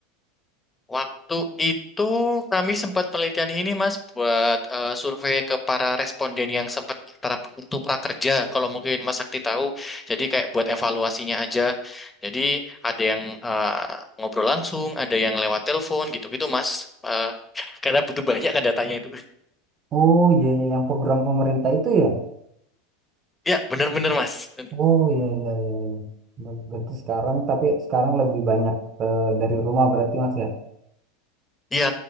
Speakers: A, on the left; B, on the right.
A: Waktu itu kami sempat penelitian ini Mas buat eh, survei ke para responden yang sempat para itu prakerja kalau mungkin Mas Sakti tahu. Jadi kayak buat evaluasinya aja. Jadi ada yang eh, ngobrol langsung, ada yang lewat telepon gitu-gitu Mas. Eh, <laughs> karena butuh banyak kan datanya itu.
B: Oh iya iya yang program pemerintah itu ya.
A: Ya, bener-bener Mas.
B: Oh iya iya iya iya. Ber- Berarti sekarang tapi sekarang lebih banyak eh, dari rumah berarti Mas ya.
A: Iya,